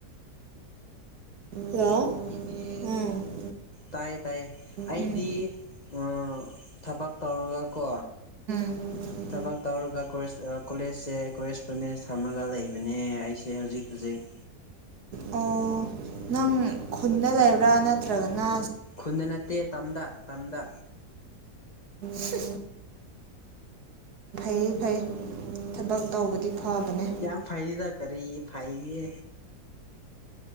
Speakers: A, on the right; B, on the left.
A: ꯍꯜꯂꯣ ꯎꯝ
B: ꯇꯥꯏꯌꯦ ꯇꯥꯏꯌꯦ ꯑꯩꯗꯤ
A: ꯎꯝ
B: ꯑ ꯊꯕꯛ ꯇꯧꯔꯒꯀꯣ
A: <inaudible>
B: ꯊꯕꯛ ꯇꯧꯔꯒꯦ ꯀꯣꯂꯦꯖꯁꯦ ꯀꯣꯔꯦꯁꯄꯣꯟꯗꯦꯟꯁ ꯊꯝꯃꯒ ꯂꯩꯕꯅꯦ ꯑꯩꯁꯦ ꯍꯧꯖꯤꯛ ꯍꯧꯖꯤꯛ
A: ꯑꯣ ꯅꯪ ꯈꯨꯟꯅ ꯂꯩꯕ꯭ꯔꯥꯅ ꯇ꯭ꯔꯒꯅꯥ
B: ꯈꯨꯟꯗ ꯅꯠꯇꯦ ꯇꯝꯗ ꯇꯝꯗ
A: ꯁ ꯐꯩ ꯐꯩ ꯊꯕꯛ ꯇꯧꯕꯗꯤ ꯐꯕꯅꯦ
B: ꯌꯥꯝ ꯐꯩꯗꯤꯗ ꯀꯔꯤ ꯐꯩꯌꯦ